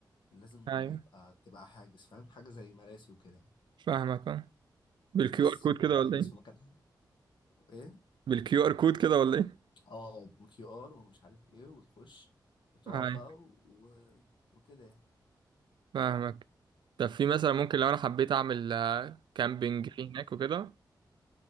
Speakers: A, on the left; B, on the right.
A: لازم
B: ايوه
A: يبقى تبقى حاجز فاهم حاجه زي مراسي وكده يعني
B: فاهمك آه. بالكيو
A: بس
B: ار كود
A: فهتحجز
B: كده ولا ايه
A: في مكان ايه
B: بالكيو ار كود كده ولا ايه
A: اه بكيو ار ومش عارف ايه وتخش وتقعد
B: ايوه
A: بقى و... وكده يعني
B: فاهمك طب في مثلا ممكن لو انا حبيت اعمل آه، كامبينج في هناك وكده